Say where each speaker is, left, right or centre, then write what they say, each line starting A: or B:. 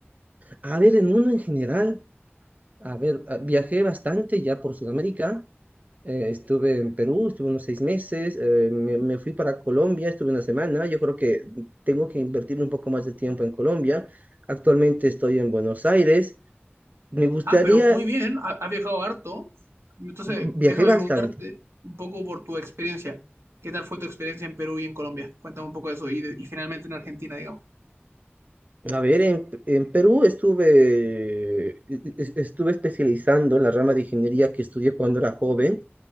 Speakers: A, on the right (about 40°); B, on the right (about 85°).
A: A ver, el mundo en general, a ver, a- viajé bastante ya por Sudamérica, eh, estuve en Perú, estuve unos seis meses, eh, me, me fui para Colombia, estuve una semana, yo creo que tengo que invertir un poco más de tiempo en Colombia, actualmente estoy en Buenos Aires, me gustaría,
B: Ah, pero muy bien, ha- has viajado harto. Entonces,
A: mm, viajé
B: déjame
A: bastante.
B: preguntarte un poco por tu experiencia. ¿Qué tal fue tu experiencia en Perú y en Colombia? Cuéntame un poco de eso. Y, de- y finalmente en Argentina, digamos.
A: A ver, en, en Perú estuve, es- estuve especializando la rama de ingeniería que estudié cuando era joven